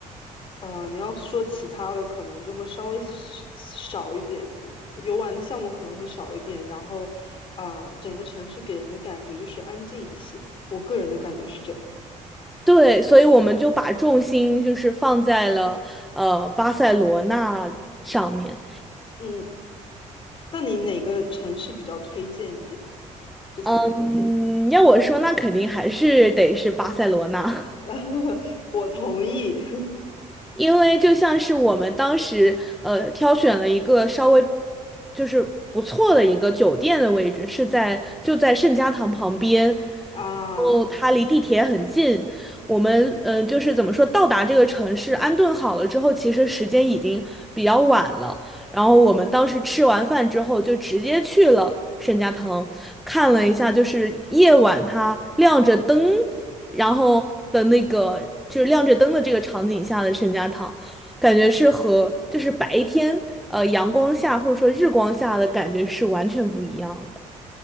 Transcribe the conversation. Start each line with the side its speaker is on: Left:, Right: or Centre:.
Left: 呃，你要说其他的，可能就会稍微少少一点，游玩的项目可能会少一点，然后，呃，整个城市给人的感觉就是安静一些，我个人的感觉是这样。
Centre: 对，所以我们就把重心就是放在了呃巴塞罗那上面。
Left: 嗯。那你哪个城市比较推荐一点？这三个，
Centre: 嗯，要我说，那肯定还是得是巴塞罗那。<laughs>
Left: <laughs> 我同意 <laughs>
Centre: 因为就像是我们当时呃挑选了一个稍微就是不错的一个酒店的位置，是在就在圣家堂旁边，然
Left: 啊，
Centre: 后它离地铁很近。我们嗯、呃就是怎么说，到达这个城市安顿好了之后，其实时间已经比较晚了。然后我们当时吃完饭之后，就直接去了圣家堂，看了一下，就是夜晚它亮着灯。然后的那个就是亮着灯的这个场景下的圣家堂，感觉是和就是白天呃阳光下或者说日光下的感觉是完全不一样的。